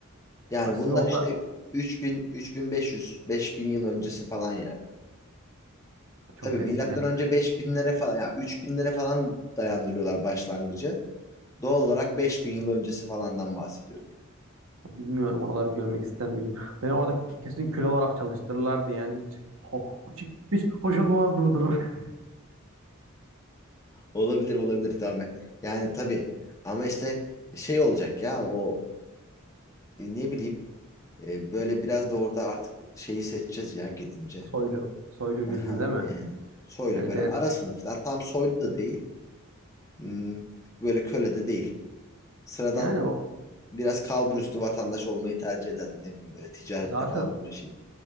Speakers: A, on the left; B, on the right.
A: Yani
B: Ya siz
A: bundan
B: orada
A: işte 3000, 3500, 5000 yıl öncesi falan yani.
B: çok
A: Tabii milattan
B: eski ya.
A: önce 5000'lere falan ya 3000'lere falan dayandırıyorlar başlangıcı. Doğal olarak 5000 yıl öncesi falandan bahsediyorum.
B: Bilmiyorum oraları görmek ister miydim? Beni orada kesin köle olarak çalıştırırlardı yani hiç ho- hiç, hiç hoş olmazdı bu durum. <laughs>
A: Olabilir olabilir tamam. Yani tabii ama işte şey olacak ya o e, ne bileyim e, böyle biraz da orada artık şeyi seçeceğiz ya gidince.
B: Soylu, soylu
A: Aha
B: birini değil mi?
A: yani soylu
B: Evet
A: böyle
B: evet.
A: ara sınıf Ha, tam soylu da değil Hmm, böyle köle de değil. Sıradan
B: Yani o
A: biraz kalburüstü vatandaş olmayı tercih ederdim ne bileyim böyle ticarette
B: zaten
A: falan uğraşayım.